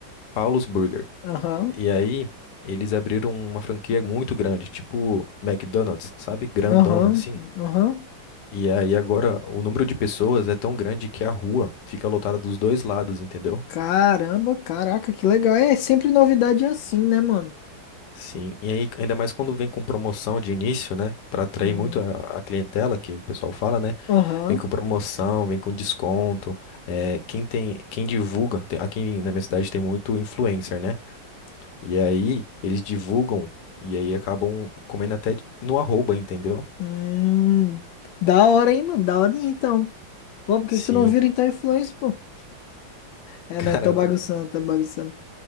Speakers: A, on the left; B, on the left.
A: Paulo's Burger.
B: Aham,
A: E aí, eles abriram uma franquia muito grande, tipo McDonald's, sabe? Grandona,
B: aham,
A: assim.
B: aham.
A: E aí agora o número de pessoas é tão grande que a rua fica lotada dos dois lados, entendeu?
B: Caramba, caraca, que legal. É sempre novidade assim, né, mano?
A: Sim. E aí, ainda mais quando vem com promoção de início, né? Pra atrair
B: Hum,
A: muito a, a clientela, que o pessoal fala, né?
B: Aham.
A: Vem com promoção, vem com desconto. É, quem tem, quem divulga, tem- aqui na minha cidade tem muito influencer, né? E aí, eles divulgam e aí acabam comendo até de- no arroba, entendeu?
B: Hum, da hora, hein, mano? Da hora, então. Pô, por que
A: Sim.
B: que tu não vira, então, influência, pô? É,
A: Cara,
B: não, tô bagunçando, tô bagunçando.